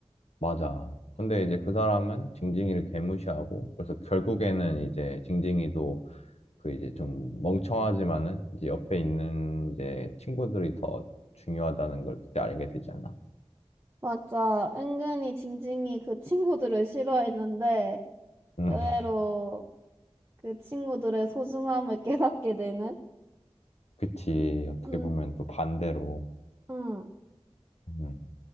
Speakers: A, on the left; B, on the right.
A: 맞아. 근데 이제 그 사람은 징징이를 개무시하고, 그래서 결국에는 이제 징징이도 그 이제 좀 멍청하지만은 이제 옆에 있는 이제 친구들이 더 중요하다는 걸 그때 알게 되잖아.
B: 맞아. 은근히 징징이 그 친구들을 싫어했는데,
A: 음,
B: 의외로
A: <laughs>
B: 그 친구들의 소중함을 깨닫게 되는?
A: 그치. 어떻게
B: 음,
A: 보면 또 반대로.
B: 음.
A: 음,